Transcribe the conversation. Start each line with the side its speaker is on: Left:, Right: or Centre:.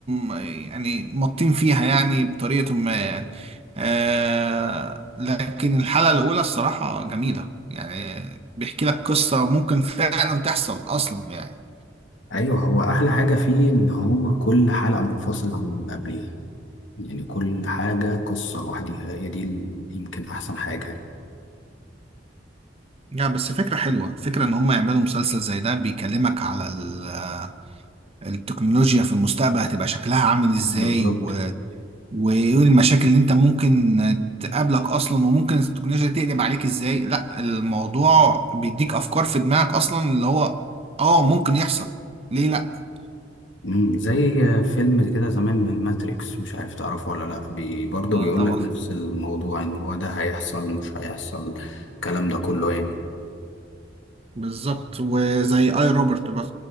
Right: م- يعني مطين فيها يعني بطريقة ما يعني آه لكن الحلقة الأولى الصراحة جميلة يعني بيحكي لك قصة ممكن فعلا تحصل أصلا يعني
Left: ايوه هو احلى حاجه فيه ان هو كل حلقه منفصله عن اللي قبليها يعني كل حاجة قصة لوحديها هي دي ال- يمكن أحسن حاجة يعني.
Right: لا بس فكرة حلوة فكرة إن هم يعملوا مسلسل زي ده بيكلمك على ال- التكنولوجيا في المستقبل هتبقى شكلها عامل إزاي
Left: بالظبط
Right: وايه المشاكل اللي انت ممكن تقابلك اصلا وممكن التكنولوجيا تقلب عليك ازاي لا الموضوع بيديك افكار في دماغك اصلا اللي هو اه ممكن يحصل ليه لا
Left: مم، زي فيلم كده زمان من ماتريكس مش عارف تعرفه ولا لأ بي برضه
Right: اه
Left: بيقول
Right: طبعا
Left: لك نفس الموضوع إن هو ده هيحصل مش هيحصل الكلام ده كله يعني
Right: بالظبط وزي اي روبرت بس